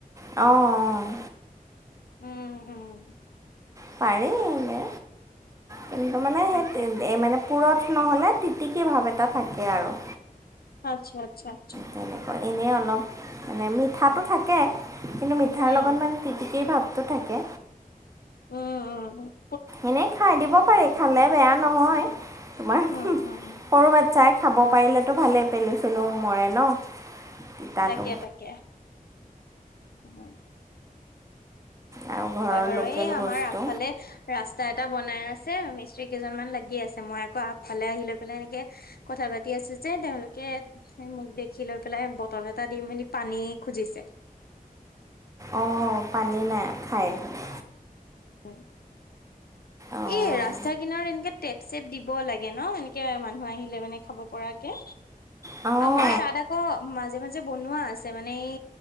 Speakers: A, on the right; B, on the left.
A: অ', অ',
B: উম-উম।
A: পাৰি এনে কিন্তু মানে
B: তাকে
A: সেই এই মানে পুৰঠ নহ'লে তিতিকী ভাৱ এটা থাকে আৰু।
B: আচ্ছা-আচ্ছা-আচ্ছা।
A: তেনেকৈ এনেই অলপ মানে মিঠাটো থাকে থাকে কিন্তু মিঠাৰ
B: উম,
A: লগত মানে তিতিকি ভাৱটো থাকে।
B: উম, অ',
A: এনেই খাই দিব পাৰে, খালে বেয়া নহয়। তোমাৰ
B: উম, উম,
A: সৰু বাচ্ছাই খাব পাৰিলেতো ভালেই, পেলু-চেলু মৰে ন। তিতাটো
B: তাকে-তাকে উম'।
A: আৰু ঘৰৰ
B: হয় বাৰু।
A: লোকেল
B: এই আমাৰ
A: বস্তু
B: আগফালে ৰাস্তা এটা বনাই আছে, মিস্ত্ৰী কেইজনমান লাগি আছে। মই আকৌ আগফালে আহি লৈ পেলাই এনেকে কথা পাতি আছোঁ যে, তেওঁলোকে মোক দেখি দেখি লৈ পেলাই বটল এটা দি মেলি পানী খুজিছে।
A: অ, পানী নাই খায় এইফালে।
B: হয়।
A: অঁ
B: এই ৰাস্তা কিনাৰ এনেকে টেপ-চেপ দিব লাগে ন, এনেকে মানুহ আহি আহিলে মানে খাব পৰাকে।
A: অঁ
B: আমাৰ তাত আকৌ অ, মাজে-মাজে বনোৱা আছে মানে এই